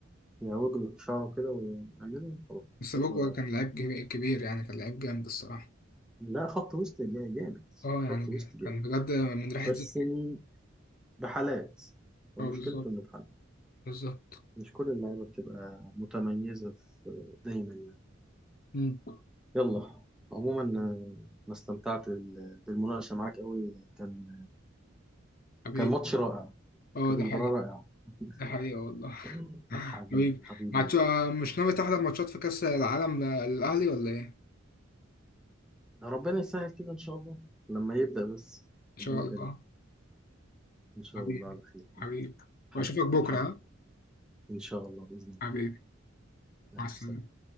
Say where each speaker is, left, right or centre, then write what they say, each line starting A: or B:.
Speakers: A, in the centre; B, on the left (about 50°).
A: يعوج له شعره كده ويعمله وخلاص
B: بس
A: شكرا
B: بوجبا كان لعيب جي- كبير يعني كان لعيب جامد الصراحه
A: لا خط وسط جا- جامد
B: اه يعني
A: خط وسط جامد
B: كان بجد من ريحه
A: بس
B: زي
A: م- بحالات هو
B: اه
A: مشكلته
B: بالظبط
A: انه بحالات
B: بالظبط
A: مش كل اللعيبه بتبقى متميزه في دايما يعني
B: مم.
A: يلا عموما آه، انا استمتعت بال- بالمناقشه معاك قوي كان
B: حبيبي
A: كان ماتش رائع
B: اه
A: كانت
B: ده
A: مباراه
B: حقيقة
A: رائعه <laughs>
B: ده حقيقة والله <laughs>
A: حبيبي
B: حبيبي
A: حبيبي
B: ماتش
A: يوسف.
B: آه، مش ناوي تحضر ماتشات في كأس العالم للأهلي ولا إيه؟ إن
A: ربنا يسهل كده ان شاء الله لما يبدا بس
B: شاء
A: ربنا
B: الله
A: كريم ان شاء
B: حبيبي
A: الله على خير
B: حبيبي
A: حبيبي
B: وأشوفك بكرة
A: حبيبي
B: ها
A: ان شاء الله باذن الله
B: حبيبي
A: يلا،
B: مع السلامة
A: سلام